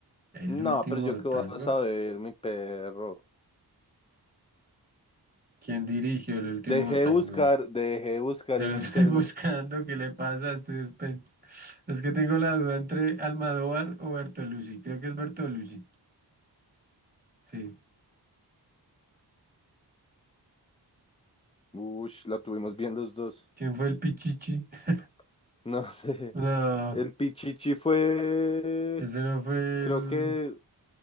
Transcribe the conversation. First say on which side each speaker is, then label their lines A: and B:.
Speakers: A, on the right; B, on the left.
A: El
B: No,
A: último
B: pero yo qué
A: tango.
B: voy a saber, mi perro.
A: ¿Quién dirigió el último
B: Dejé
A: tango?
B: de buscar, dejé de buscar
A: Yo
B: en
A: lo estoy
B: internet.
A: <laughs> buscando, ¿qué le pasa? Estoy despen- Es que tengo la duda entre Almodóvar o Bertolucci. Creo que es Bertolucci. Sí.
B: Ush, la tuvimos bien los dos.
A: ¿Quién fue el Pichichi? <laughs>
B: <laughs> No sé.
A: No,
B: El Pichichi fue,
A: ese no fue
B: creo
A: el.
B: que